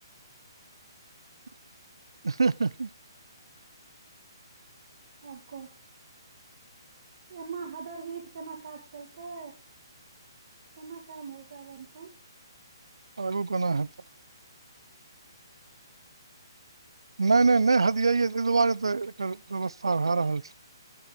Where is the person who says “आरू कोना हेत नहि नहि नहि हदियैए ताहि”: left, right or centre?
Right